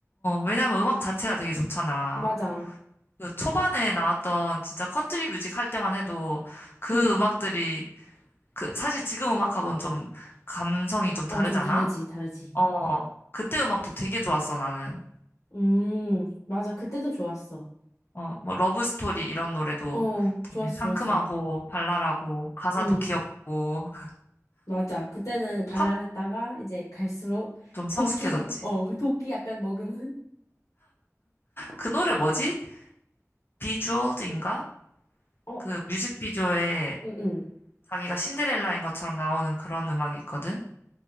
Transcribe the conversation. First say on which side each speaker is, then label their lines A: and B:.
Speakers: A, on the left; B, on the left.
A: 왜냐면 음악 자체가 되게 좋잖아.
B: 맞아.
A: 그 초반에 나왔던 진짜 컨트리 뮤직 할 때만 해도 그
B: 음.
A: 음악들이, 그, 사실 지금 음악하고는 좀 감성이 좀 다르잖아?
B: 어, 좀 다르지, 다르지.
A: 어, 그때 음악도 되게 좋았어, 나는.
B: 음, 맞아. 그때도 좋았어.
A: 어, 뭐 러브 스토리 이런 노래도
B: 어,
A: 되게
B: 좋았어,
A: 상큼하고
B: 좋았어.
A: 발랄하고 가사도
B: 음,
A: 귀엽고 <laughs>
B: 맞아. 그때는 발랄했다가
A: 팝
B: 이제 갈수록
A: 좀 성숙해졌지.
B: 도끼, 어, <laughs> 도끼 약간 먹으면.
A: 그 노래 뭐지? 비주얼즈인가?
B: <laughs> 어,
A: 그 뮤직비디오에
B: 음, 음.
A: 자기가 신데렐라인 것처럼 나오는 그런 음악이 있거든.